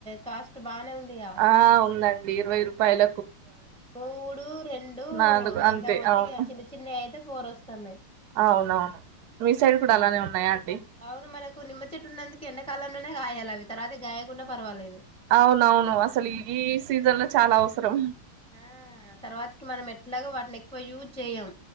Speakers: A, in the centre; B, on the right.
A: కాస్ట్ బానే ఉందిగా
B: ఆ ఉందండి ఇరవై రూపాయల
A: మూడు రెండూ
B: నాలుగు అంతే
A: అంత పోతిక
B: అవును
A: చిన్న చిన్న యయితే ఫోర్ వస్తన్నాయ్
B: అవునవును మీ సైడ్ కూడా అలానే
A: ఇప్పుడు
B: ఉన్నాయా అండి
A: అవును మనకు నిమ్మ చెట్టు ఉన్నందుకు ఎండాకాలంలోనే గాయాల అవి తర్వాత గాయకున్న పర్వాలేదు
B: అవునవును అసలు ఈ సీజన్ లో చాలా అవసరం
A: ఆ తర్వాతకి మనం ఎట్లాగ వాటిని ఎక్కువ యూజ్ చేయ్యం